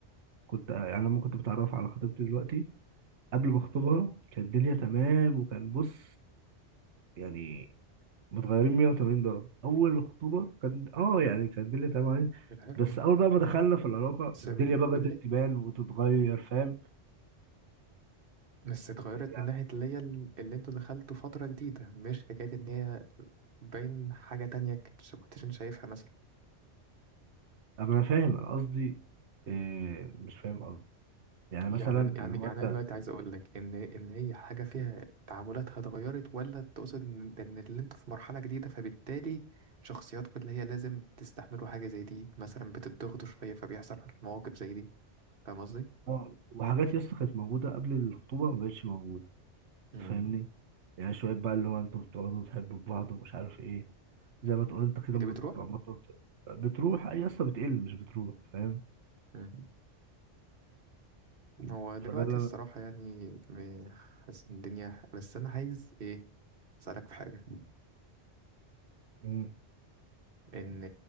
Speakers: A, on the right; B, on the right.
A: كنت يعني لما كنت بتعرف على خطيبتي دلوقتي قبل ما اخطبها كانت الدنيا تمام وكان بص يعني متغيرين 180 درجة اول الخطوبة كان اه يعني كانت الدنيا تمام عليه.
B: كانت حلوة
A: بس اول بقى ما دخلنا في العلاقة
B: بس
A: الدنيا
B: م-
A: بقى بدأت
B: اللي
A: تبان وتتغير فاهم
B: بس اتغيرت
A: يعني.
B: من ناحية اللي هي ال- اللي انتوا دخلتوا فترة جديدة مش حكاية ان هي باين حاجة تانية كنتش كنتش انت شايفها مثلا
A: اما انا فاهم انا قصدي إيه مش فاهم قصدي يعني
B: يعني
A: مثلا
B: أنا-
A: اللي
B: يعني
A: هو
B: يعني
A: انت
B: انا دلوقتي عايز اقول لك ان ان هي حاجه فيها تعاملاتها اتغيرت ولا تقصد ان ان اللي انت في مرحله جديده فبالتالي شخصياتكم اللي هي لازم تستحملوا حاجه زي دي مثلا بتضغطوا شويه فبيحصل مواقف زي دي فاهم قصدي
A: اه وحاجات يا اسطى كانت موجودة قبل الخطوبة ما بقتش موجودة
B: امم
A: فاهمني يعني شوية بقى اللي هو انتوا بتقعدوا تحبوا في بعض ومش عارف ايه زي ما تقول انت
B: هي
A: كده
B: دي
A: لما
B: بتروح
A: بت- لما بت- بتروح اي اصلا بتقل مش بتروح فاهم
B: امم هو دلوقتي
A: فده اللي
B: الصراحه
A: انا
B: يعني م- حاسس ان الدنيا بس انا عايز ايه اسالك في حاجه
A: مم.
B: ان